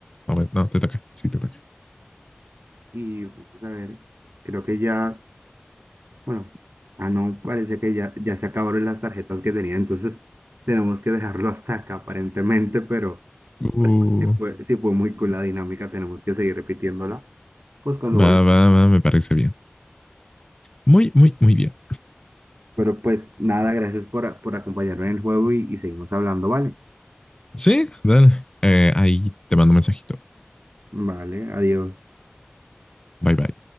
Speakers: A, on the left; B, on the right.
A: No, bueno, no, te toca. Sí, te toca.
B: Y, vamos a ver, creo que ya Bueno, ah, no, parece que ya, ya se acabaron las tarjetas que tenía, entonces tenemos que dejarlo hasta acá aparentemente, pero
A: Uh,
B: pues, si fue, si fue muy cool la dinámica, tenemos que seguir repitiéndola, pues cuando
A: va,
B: vuelva.
A: va, va, me parece bien. Muy, muy, muy bien.
B: Pero pues nada, gracias por, por acompañarme en el juego y, y seguimos hablando, ¿vale?
A: Sí, dale. Eh, ahí te mando un mensajito.
B: Vale, adiós.
A: Bye, bye.